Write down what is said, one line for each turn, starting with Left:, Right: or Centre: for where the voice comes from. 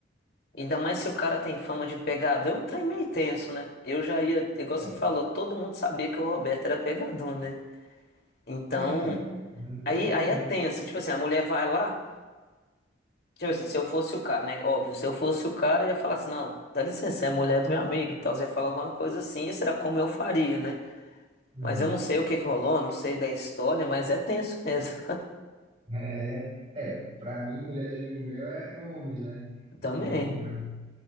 Left: ainda mais se o cara tem fama de pegador, é um trem meio tenso, né? Eu já ia, igual
Right: É,
Left: você falou, todo mundo sabia que o Roberto era pegador, né? Então,
Right: então, não
Left: aí,
Right: tem.
Left: aí é tenso. Tipo assim, a mulher vai lá. Tipo assim, se eu fosse o cara, né? Óbvio, se eu fosse o cara, eu ia falar assim, não, dá licença, é mulher do meu amigo e tal. Você ia falar alguma coisa assim, será como eu faria, né?
Right: Uhum.
Left: Mas eu não sei o que que rolou, não sei da história, mas é tenso mesmo.
Right: É, é, para mim, mulher de amigo meu é, é homem, né?
Left: <laughs> Também.
Right: Que eu comento.